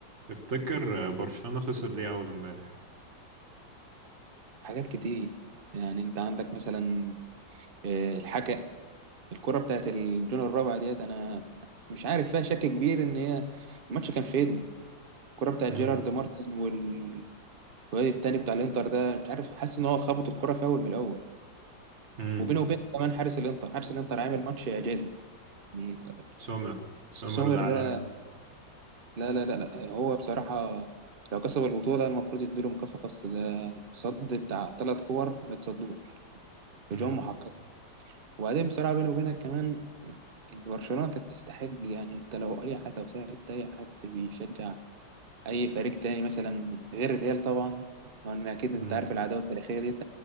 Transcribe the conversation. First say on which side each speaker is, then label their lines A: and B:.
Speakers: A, on the right (about 40°); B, on the right (about 65°).
A: تفتكر برشلونة خسر ليه أول امبارح؟
B: حاجات كتير يعني انت عندك مثلا آه، الحكا الكرة بتاعت الجون الرابع ديت انا مش عارف فيها شك كبير ان هي الماتش كان في ايدنا الكرة بتاعت
A: امم
B: جيرارد مارتن وال- والواد التاني بتاع الانتر ده مش عارف حاسس ان هو خبط الكرة في اول من الاول
A: امم
B: وبينه وبين كمان حارس الانتر حارس الانتر عامل ماتش اعجازي يعني
A: سومر سومر
B: سومر
A: ده عالمي
B: ده لا لا لا لا هو بصراحة لو كسب البطولة المفروض يديله مكافأة خاصة ده صد بتاع ثلاث كور ما يتصدوش
A: امم
B: هجوم محقق وبعدين بصراحة بيني وبينك كمان إن برشلونة كانت تستحق يعني انت لو اي حد او سألت اي حد بيشجع اي فريق تاني مثلا غير الريال طبعا وان اكيد انت
A: امم
B: عارف العداوة التاريخية دي